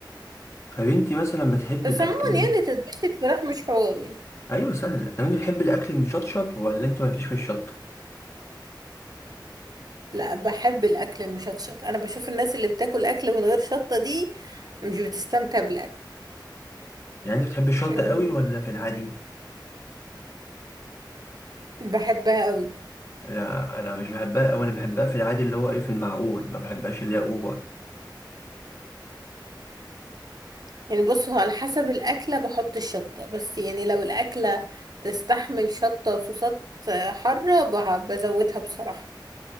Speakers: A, on the left; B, on the right.
A: طب انت مثلا بتحب
B: بس
A: الاكل
B: عموما يعني تتبيلة الفراخ مش حوار يعني
A: ايوه سهل طب انت بتحب الاكل المشطشط ولا انت مالكيش في الشطه
B: لا بحب الاكل المشطشط انا بشوف الناس اللي بتاكل اكل من غير شطة دي مش بتستمتع بالاكل
A: يعني انت بتحب الشطه
B: يعني
A: قوي ولا في العادي
B: بحبها قوي
A: لا انا مش بحبها او انا بحبها في العادي اللي هو ايه في المعقول ما بحبهاش اللي هي اوفر
B: يعني بص هو على حسب الاكلة بحط الشطة بس يعني لو الاكلة تستحمل شطة وصوصات حارة بع- بزودها بصراحة